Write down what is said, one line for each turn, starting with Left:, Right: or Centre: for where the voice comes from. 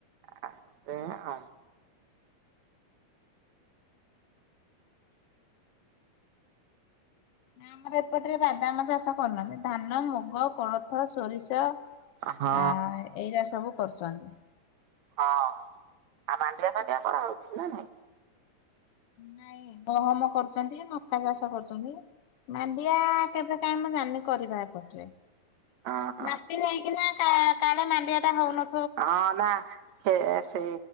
Right: ଆ ସେୟା ଆଉ
Left: ନା ଆମର ଏପଟରେ ବାଦାମ ଚାଷ କରୁନାହାନ୍ତି। ଧାନ, ମୁଗ, କୋଳଥ, ସୋରିଷ ଆ
Right: ହଁ
Left: ଏଇରା ସବୁ କରୁଛନ୍ତି।
Right: ହଁ ଆଉ ମାଣ୍ଡିଆ ଫାଣ୍ଡିଆ କରାହଉଛି ନା ନାଇଁ?
Left: ନାଇଁ ଗହମ କରୁଛନ୍ତି, ମକା ଚାଷ କରୁଛନ୍ତି। ମାଣ୍ଡିଆ କେବେ କାଇଁ ମୁଁ ଜାଣିନି, କରିବା ଏପଟରେ।
Right: ହଁ ହଁ
Left: ମାଟି ନେଇକିନା କା କାଳେ ମାଣ୍ଡିଆଟା ହଉନ
Right: ଆମ ସେ ସେଇ